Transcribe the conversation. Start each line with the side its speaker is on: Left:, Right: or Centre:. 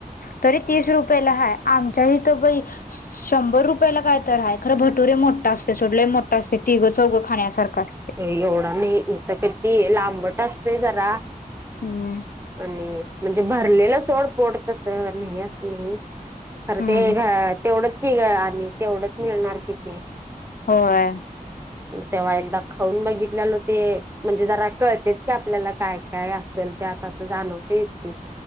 Left: तरी तीस रुपयाला हा आमच्या हथ बाई शंभर रुपयाला काय तर ह खरं भर कटुरे मोठा असते सोडले मोठा असते तिघ चौघं खाण्यासारखं असते
Right: एवढा नाही इथ किती लांबट असतोय जरा
Left: हम्म
Right: आणि म्हणजे भरलेलं सोड पोड कसं नाही असं नाही खरं
Left: हम्म
Right: ते
Left: हम्म
Right: घ तेवढंच आणि तेवढंच मिळणार किथ
Left: होय
Right: तेव्हा एकदा खाऊन बघितलेल हो ते म्हणजे जरा कळतेच की आपल्याला काय काय असेल त्या आत असं जाणवतेच की